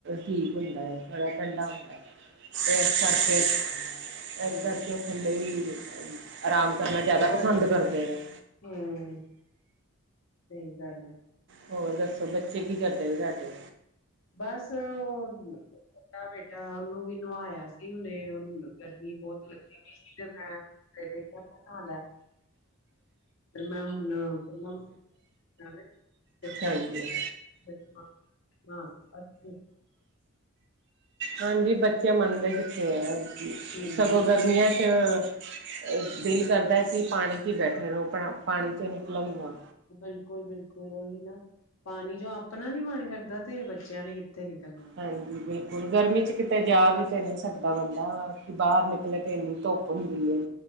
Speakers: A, on the right; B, on the left.
A: ਠੀਕ ਹੁੰਦਾ, ਥੋੜ੍ਹਾ ਠੰਡਾ ਹੁੰਦਾ। ਇਸ ਕਰਕੇ,
B: ਹੂੰ,
A: ਇਸ ਕਰਕੇ। ਥੱਲੇ ਹੀ ਆਰਾਮ ਕਰਨਾ ਜ਼ਿਆਦਾ ਪਸੰਦ ਕਰਦੇ ਨੇ।
B: ਹਮ। ਸਹੀ ਗੱਲ ਹੈ।
A: ਹੋਰ ਦੱਸੋ ਬੱਚੇ ਕੀ ਕਰਦੇ ਤੁਹਾਡੇ।
B: ਬਸ ਓਹ ਬੇਟਾ ਉਹਨੂੰ ਵੀ ਨਵਾਇਆ ਸੀ ਉਹਨੇ। ਗਰਮੀ ਬਹੁਤ ਲੱਗਦੀ ਪਈ ਸੀ, ਤੇ ਮੈਂ ਮੇਰੇ ਕੋਲੋ ਨਹਾ ਲੈ। ਮੈਂ ਹੁਣ ਖ <unintelligible> <unintelligible>
A: ਹਾਂਜੀ ਹਾਂਜੀ, ਬੱਚੇ ਮੰਨਦੇ ਕਿੱਥੇ ਐ।
B: ਹੂੰ
A: ਸਗੋਂ, ਗਰਮੀਆਂ 'ਚ ਅ ਦਿਲ ਕਰਦਾ ਕਿ ਪਾਣੀ 'ਚ ਹੀ ਬੈਠੇ ਰਹੋ, ਪਾਣੀ ਚੋਂ ਨਿਕਲੋ ਈ ਨਾ।
B: ਬਿਲਕੁਲ-ਬਿਲਕੁਲ, ਉਹੀ ਨਾ, ਪਾਣੀ 'ਚੋ' ਆਪਣਾ ਨੀ ਮਨ ਕਰਦਾ। ਤੇ ਬੱਚਿਆਂ ਨੇ, ਕਿੱਥੋ ਨਿਕਲਣਾ।
A: ਹਾਂਜੀ, ਬਿਲਕੁਲ। ਗਰਮੀ 'ਚ ਕਿਤੇ ਜਾ ਵੀ ਤੇ ਨੀ ਸਕਦਾ ਬੰਦਾ। ਕਿ ਬਾਹਰ ਨਿਕਲੇ ਤੇ ਇੰਨੀ ਧੁੱਪ। ਹੁੰਦੀ ਐ।